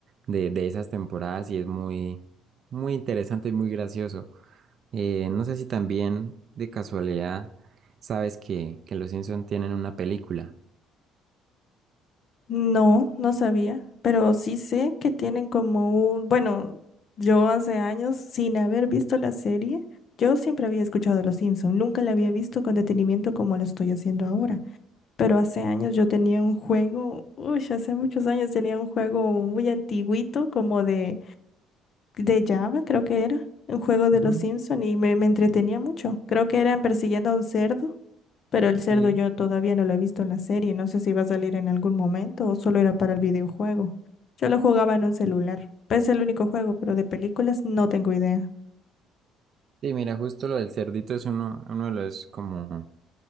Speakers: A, on the right (about 55°); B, on the left (about 50°).
A: de, de esas temporadas y es muy, muy interesante y muy gracioso. Eh, no sé si también de casualidad sabes que, que los Simpson tienen una película.
B: No, no sabía, pero sí sé que tienen como un, bueno, yo hace años, sin haber visto la serie, yo siempre había escuchado Los Simpson, nunca la había visto con detenimiento como lo estoy haciendo ahora. Pero hace años yo tenía un juego, uy, hace muchos años tenía un juego muy antiguito, como de, de Java, creo que era, un juego de
A: Ujú,
B: los Simpson y me, me entretenía mucho. Creo que eran persiguiendo a un cerdo, pero el cerdo
A: Sí.
B: yo todavía no lo he visto en la serie, no sé si va a salir en algún momento o solo era para el videojuego. Yo lo jugaba en un celular, pues, es el único juego, pero de películas no tengo idea.
A: Sí, mira, justo lo del cerdito es uno, uno de los como